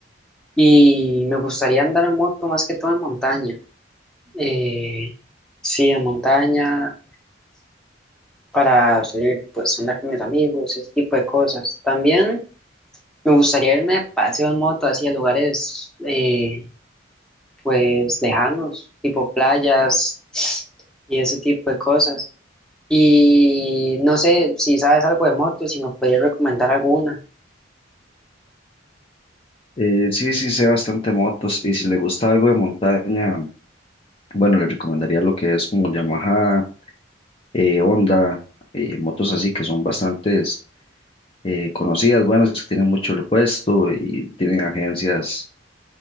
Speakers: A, in the centre; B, on the left.
A: y me gustaría andar en moto más que todo en montaña. Eh, sí, en montaña. para salir, pues, a andar con mis amigos, ese tipo de cosas. También me gustaría irme de paseo en moto, así a lugares, eh, pues, lejanos, tipo playas <sniffs> y ese tipo de cosas. Y no sé si sabes algo de motos, si me podrías recomendar alguna.
B: Eh, sí, sí, sé bastante motos y si le gusta algo de montaña, bueno, le recomendaría lo que es como Yamaha, eh, Honda, eh, motos así que son bastantes eh, conocidas, buenas, que tienen mucho repuesto y tienen agencias